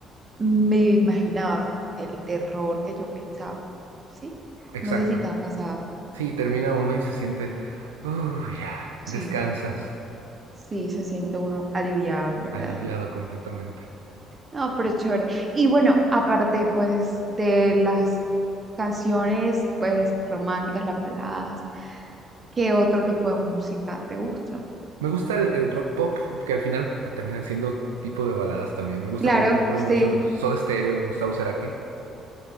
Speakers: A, on the right; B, on the right.
A: me imaginaba, como que el terror que yo pensaba, ¿sí?
B: Exacto.
A: No sé si te ha pasado.
B: Sí, termina uno y se siente, uy, ya,
A: Sí.
B: descansas,
A: Sí, se siente uno aliviado, ¿verdad?
B: aliviado completamente.
A: No, pero chévere. Y bueno, aparte pues de las canciones pues románticas, las baladas, ¿qué otro tipo de música te gusta?
B: Me gusta el, el rock pop, que al final terminan siendo tipo de baladas también. Me gusta,
A: Claro,
B: por ejemplo,
A: sí.
B: mucho Soda Stereo, Gustavo Cerati.